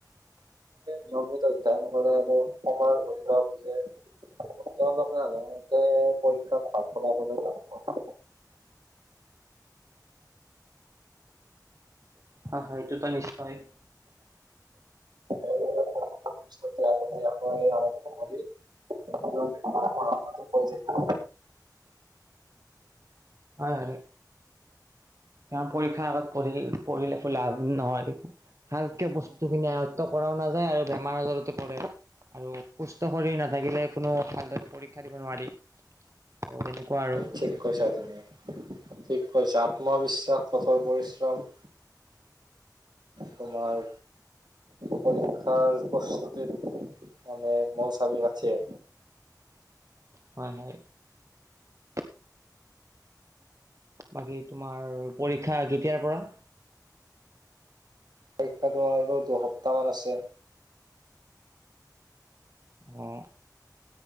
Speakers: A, on the right; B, on the right.
A: নিয়মীত অধ্যন কৰে আৰু সময়ৰ মূল্য বুজে। তেওঁলোকে সাধাৰণতে পৰীক্ষাত ভাল ফলা ফলো লাভ কৰে।
B: হ হয় এইটো নিশ্চয় <inaudible>
A: সেইবাবে পৰীক্ষাৰ প্ৰস্তুতি আগতীয়াকৈ আৰম্ভ কৰি নিয়মিত পঢ়া শুনাটো কৰি থাকিব
B: হয়। কাৰণ পৰীক্ষাৰ আগত পঢ়ি পঢ়িলে একো লাভ নহয়। ভালকে বস্তুখিনি আয়ত্ব কৰাও নাযায় আৰু বেমাৰ আজাৰতো পৰে। আৰু সুস্থ শৰীৰ নাথাকিলে কোনো ভালদৰে পৰীক্ষা দিব নোৱাৰি ।ত তেনেকুৱা আৰু।
A: ঠিক কৈছা তুমি ঠিক কৈছা। আত্মবিশ্বাস কঠোৰ পৰিশ্ৰম <inaudible> তোমাৰ পৰীক্ষাৰ প্ৰস্তুতিত মানে মূল চাবি কাঠিয়ে।
B: হয় হয় <inaudible> বাকী তোমাৰ পৰীক্ষা কেতিয়াৰ পৰা?
A: পৰীক্ষা তোমাৰ আৰু দুসপ্তাহমান আছে।
B: অ।